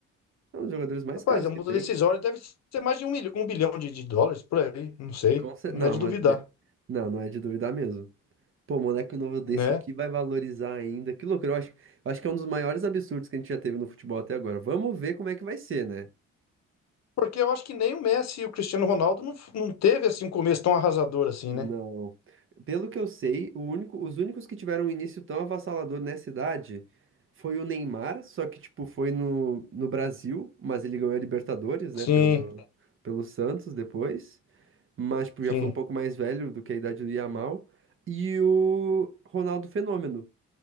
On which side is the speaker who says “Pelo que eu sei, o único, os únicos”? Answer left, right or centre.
Right